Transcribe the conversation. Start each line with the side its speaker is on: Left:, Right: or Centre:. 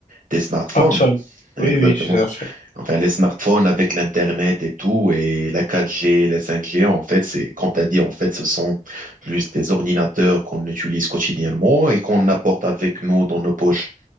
Right: des smartphones.
Left: Ah, ça.
Right: Exactement.
Left: Oui, oui, tout à fait.
Right: Enfin, les smartphones avec l'Internet et tout, et la 4G, la 5G, en fait, c'est, comme tu as dit, en fait, ce sont juste des ordinateurs qu'on utilise quotidiennement et qu'on apporte avec nous dans nos poches.